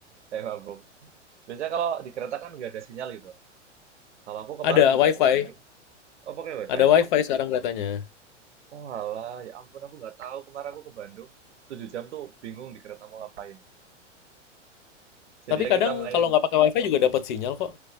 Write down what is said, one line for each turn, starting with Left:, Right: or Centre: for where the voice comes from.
Right: Saya mabuk. Biasanya kalau di kereta kan nggak ada sinyal gitu. Kalau aku
Left: Ada
Right: kemarin juga
Left: wifi,
Right: ke Bandung, oh pakai WiFi.
Left: ada wifi sekarang kelihatannya.
Right: Oh alah, ya ampun aku nggak tahu kemarin aku ke Bandung 7 jam tuh bingung di kereta mau ngapain. Jadinya
Left: Tapi kadang
Right: kita main.
Left: kalau nggak pakai wifi juga dapat sinyal kok.